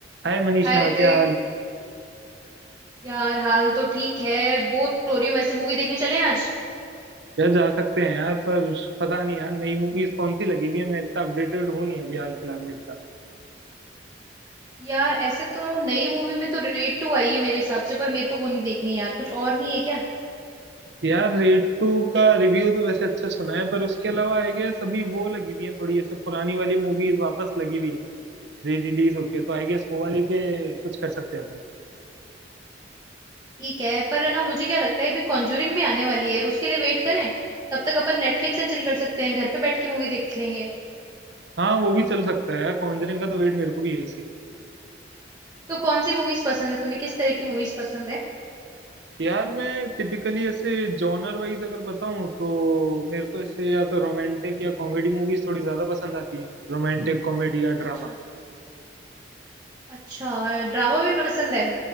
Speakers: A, on the right; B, on the right.
A: हाय मनीषा
B: हाय ऋतिक
A: क्या हाल
B: यार हाल तो ठीक है बोर हो रही हूँ वैसे मूवी देखने चलें आज
A: यार जा सकते हैं यार पर पता नहीं यार नई मूवीज कौन सी लगी हुई है मैं इतना अपडेटेड हूँ नहीं अभी हाल फिलहाल में इतना
B: यार ऐसे तो नई मूवी में तो रेड टू आई है मेरे हिसाब से पर मेरे को वो नहीं देखनी यार कुछ और नहीं है क्या
A: यार रेड टू का रिव्यू तो वैसे अच्छा सुना है पर उसके अलावा आई गेस अभी वो लगी हुई है थोड़ी ऐसे पुरानी वाली मूवीज वापस लगी हुई है री रिलीज होके तो आई गेस वो वाली पे कुछ कर सकते हैं अपन
B: ठीक है पर है ना मुझे क्या लगता है अभी कॉन्जूरिंग भी आने वाली है उसके लिए वेट करें तब तक अपन नेटफ्लिक्स एंड चिल कर सकते हैं घर पे बैठ के मूवी देख लेंगे
A: हाँ वो भी चल सकता है यार कॉन्जरिंग का तो वेट मेरे को भी यही सी
B: तो कौन सी मूवीज पसंद है तुम्हें किस तरह की मूवीज पसंद है
A: यार मैं टिपिकली ऐसे जॉनर वाइज अगर बताऊं तो मेरे को ऐसे या तो रोमांटिक या कॉमेडी मूवीज थोड़ी ज्यादा पसंद आती है रोमांटिक कॉमेडी या
B: अच्छा
A: ड्रामा
B: अच्छा ड्रामा भी पसंद है